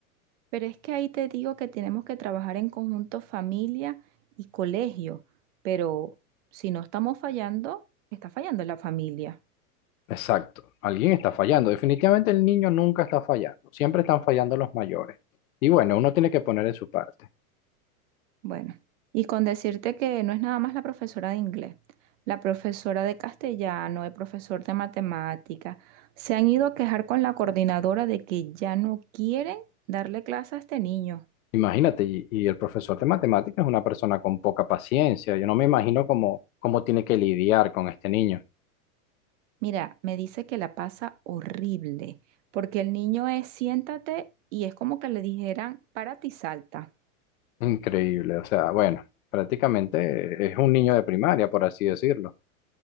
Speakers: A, on the right (about 55°); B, on the left (about 70°).
A: Pero es que ahí te digo que tenemos que trabajar en conjunto familia y colegio, pero si no estamos fallando, está fallando la familia.
B: Exacto, alguien está fallando, definitivamente el niño nunca está fallando, siempre están fallando los mayores. Y bueno, uno tiene que poner de su parte.
A: Bueno, y con decirte que no es nada más la profesora de inglés, la profesora de castellano, el profesor de matemática, se han ido a quejar con la coordinadora de que ya no quieren darle clase a este niño.
B: Imagínate, y, y el profesor de matemáticas es una persona con poca paciencia. Yo no me imagino cómo, cómo tiene que lidiar con este niño.
A: Mira, me dice que la pasa horrible, porque el niño es siéntate y es como que le dijeran párate y salta.
B: Increíble, o sea, bueno, prácticamente es un niño de primaria, por así decirlo.